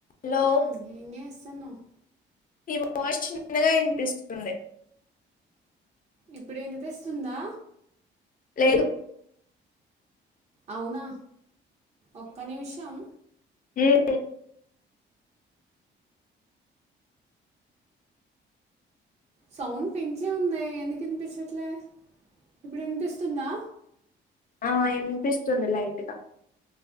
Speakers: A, on the left; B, on the right.
A: Hello
B: మ్మ్. ఏం చేస్తాన్నవ్?
A: నీ వాయిస్ చిన్నగా వినిపిస్తుంది
B: ఇప్పుడు వినిపిస్తుందా?
A: లేదు
B: అవునా! ఒక్క నిమిషం.
A: అ
B: సౌండ్ పెంచే ఉందే. ఎందుకు ఇనిపించట్ల ఇప్పుడు వినిపిస్తుందా?
A: ఆ ఇనిపిస్తుంది లైట్గా